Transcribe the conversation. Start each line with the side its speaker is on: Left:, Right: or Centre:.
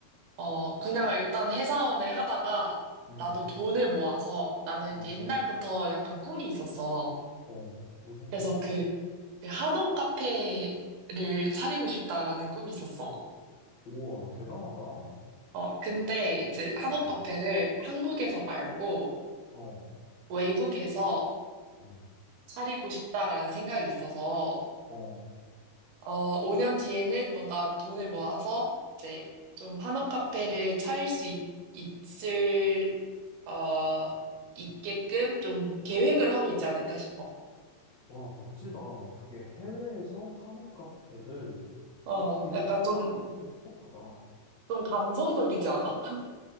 Right: 어, 그냥 일단 회사원을 하다가
Left: 응,
Right: 나도 돈을 모아서 나는
Left: 어,
Right: 이제 옛날부터 약간 꿈이 있었어.
Left: 어, 무슨
Right: 그래서
Left: 꿈?
Right: 그, 그 한옥 카페를 차리고 싶다라는 꿈이 있었어.
Left: 우와, 대단하다.
Right: 어, 근데 이제 한옥
Left: 응,
Right: 카페를 한국에서 말고
Left: 어,
Right: 외국에서
Left: 어.
Right: 차리고 싶다라는 생각이 있어서
Left: 어.
Right: 어, 5년 뒤에는 뭔가 돈을 모아서 이제 좀 한옥 카페를 차릴 수 있, 을 어, 있게끔 좀 계획을 하고 있지 않을까 싶어.
Left: 와, 멋지다. 어떻게 해외에서 한옥 카페를
Right: 어,
Left: 되게
Right: 약간
Left: 신박하면서
Right: 좀,
Left: 똑똑하다.
Right: 좀 감성적이지 않아? <laughs>